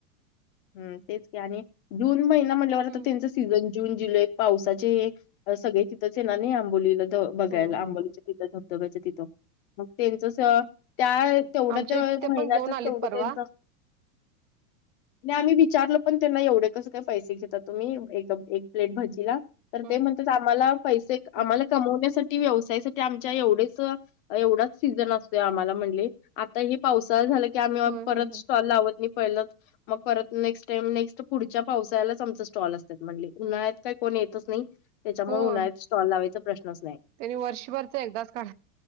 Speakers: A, on the left; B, on the right.
A: हम तेच आणि जून महिना म्हटल्यावर आ
B: हं.
A: तर त्यांच सीझन जून जुलै पावसाचे हे सगळे तिथंच आहे ना नाही आंबोलीला बघायला
B: हो,
A: आंबोलीच
B: हो, हो.
A: तिथं धबधब्याचं तिथं मग ते जस त्या तेवढं
B: आमच्या
A: ते महिन्यातच
B: इथे पण जाऊन आलीत
A: तेवढं
B: परवा.
A: त्यांचं नाही आम्ही विचारलं पण त्यांना एवढे कसं काही पैसे घेतात तुम्ही एक एक प्लेट भजीला तर
B: हं,
A: ते म्हणतात आम्हाला पैसे
B: हं.
A: आम्हाला कमवण्यासाठी व्यवसायासाठी आमच्या एवढेच एवढाच सीझन असतोय आम्हाला म्हण आता हे पावसाळ झाला क आम्ही
B: होय,
A: परत
B: होय, होय.
A: स्टॉल लावत नाही पहिलं मग परत नेक्स्ट टाईम नेक्स्ट पुढच्या पावसाळ्याचमचा स्टॉल असतात म्हणले उन्हाळ्यात काय कोण येतच नाही त्याच्यामुळे
B: होय.
A: उन्हाळ्यात स्टॉल लावायचा प्रश्नच नाही
B: त्यांनी वर्षभरचं एकदाच काढ